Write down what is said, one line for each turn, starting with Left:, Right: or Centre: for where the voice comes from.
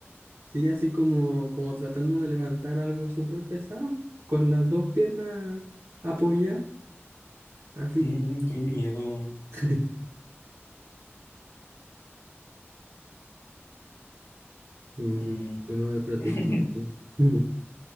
Right: sí, así como, como tratando de levantar algo súper pesado, con las dos piernas apoyadas, así.
Left: Mm, qué miedo.
Right: <laughs> Mm,
Left: Mm.
Right: tú no me protegiste.
Left: <laughs>
Right: <laughs>